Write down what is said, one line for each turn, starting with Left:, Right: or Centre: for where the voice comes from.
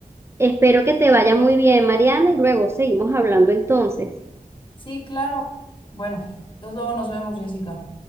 Right: espero que te vaya muy bien, Mariana, y luego seguimos hablando entonces.
Left: Sí, claro. Bueno, entonces luego nos vemos, Jessica.